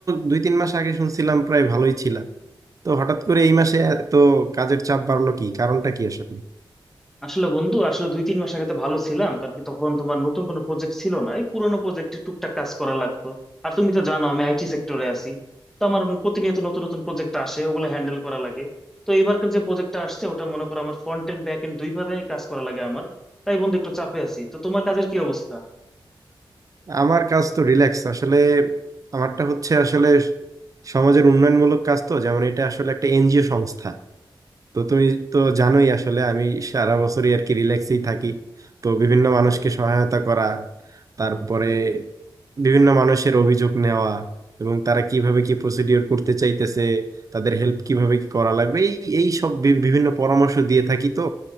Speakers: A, on the right; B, in the centre.
A: দুই তিন মাস আগে শুনছিলাম প্রায় ভালোই ছিলাম তো হঠাৎ করে এই মাসে তো কাজের চাপ বাড়লো কি কারণটা কি আসলে
B: আসলে বন্ধু আসলে দুই তিন মাস আগে তো ভালো ছিলাম কারণ কি তখন তোমার নতুন কোনো প্রজেক্ট ছিল না এই পুরোনো প্রজেক্টে টুকটাক কাজ করা লাগতো আর তুমি তো জানো আমি আইটি সেক্টরে আছি তো আমার প্রতিনিয়ত নতুন নতুন প্রজেক্ট আসে ওগুলো হ্যান্ডেল করা লাগে তো এবারকার যে প্রজেক্টটা আসছে ওটা মনে করো আমার ফ্রন্ট এন্ড ব্যাক এন্ড দুই ভাবে কাজ করা লাগে আমার তাই বন্ধু একটু চাপে আছি তো তোমার কাজের কি অবস্থা
A: আমার কাজ তো রিল্যাক্স আসলে আমারটা হচ্ছে আসলে সমাজের উন্নয়নমূলক কাজ তো যেমন এটা আসলে একটা এনজিও সংস্থা তো তুমি তো জানোই আসলে আমি সারা বছরই আর কি রিল্যাক্সেই থাকি তো বিভিন্ন মানুষকে সহায়তা করা তারপরে বিভিন্ন মানুষের অভিযোগ নেওয়া এবং তারা কিভাবে কি প্রসিডিওর করতে চাইতেছে তাদের হেল্প কিভাবে কি করা লাগবে এই এই সব বি- বিভিন্ন পরামর্শ দিয়ে থাকি তো